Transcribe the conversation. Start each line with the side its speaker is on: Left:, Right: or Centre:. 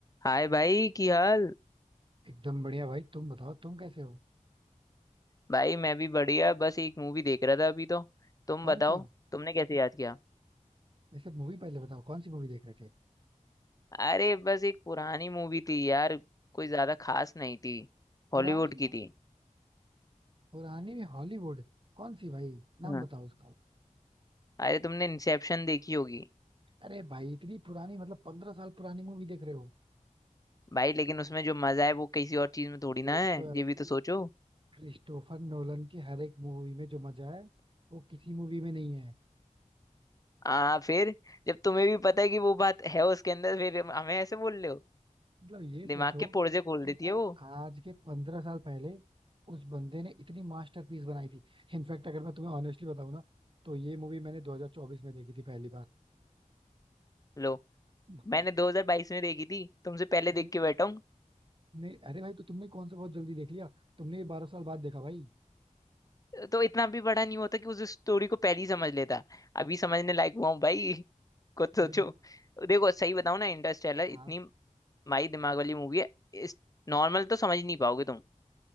Left: हाय भाई की हाल
Right: एकदम बढ़िया भाई तुम बताओ तुम कैसे हो
Left: भाई मैं भी बढ़िया बस एक मूवी देख रहा था अभी तो तुम
Right: कौन
Left: बताओ
Right: सी
Left: तुमने कैसे याद किया
Right: वैसे मूवी पहले बताओ कौन सी मूवी देख रहे थे
Left: अरे बस एक पुरानी मूवी थी यार कोई ज्यादा खास नहीं थी
Right: पुरानी
Left: हॉलीवुड
Right: मूवी
Left: की थी
Right: पुरानी में हॉलीवुड कौन सी भाई नाम
Left: हाँ
Right: बताओ उसका
Left: अरे तुमने इंसेप्शन देखी होगी
Right: अरे भाई इतनी पुरानी मतलब पंद्रह साल पुरानी मूवी देख रहे हो
Left: भाई लेकिन उसमें जो मजा है वो किसी और चीज में थोड़ी ना
Right: ये
Left: है
Right: तो है भाई
Left: ये भी तो सोचो
Right: क्रिस्टोफर नोलन की हर एक मूवी में जो मजा है वो किसी मूवी में नहीं है
Left: आ फिर जब तुम्हें भी पता है कि वो बात है उसके अंदर फिर हमें ऐसे बोल रहे हो
Right: मतलब ये सोचो
Left: दिमाग के पुर्जे खोल
Right: कि
Left: देती
Right: यार
Left: है वो
Right: आज के पंद्रह साल पहले उस बंदे ने इतनी मास्टरपीस बनाई थी इनफैक्ट अगर मैं तुम्हें ऑनेस्टली बताऊं ना तो ये मूवी मैंने 2024 में देखी थी पहली बार
Left: लो
Right: <laughs>
Left: मैंने 2022 में देखी थी तुमसे पहले देख
Right: नहीं
Left: के बैठा हूँ
Right: नहीं अरे भाई तो तुमने कौन सा बहुत जल्दी देख लिया तुमने ये बारह साल बाद देखा भाई
Left: तो इतना भी बड़ा नहीं होता कि उस स्टोरी को पहले ही समझ लेता अभी समझने लायक हुआ हूँ भाई कुछ सोचो
Right: भाई वो-
Left: देखो सही बताऊँ ना इंटरस्टेलर
Right: हाँ
Left: इतनी माई दिमाग वाली मूवी है इस नॉर्मल तो समझ नहीं पाओगे तुम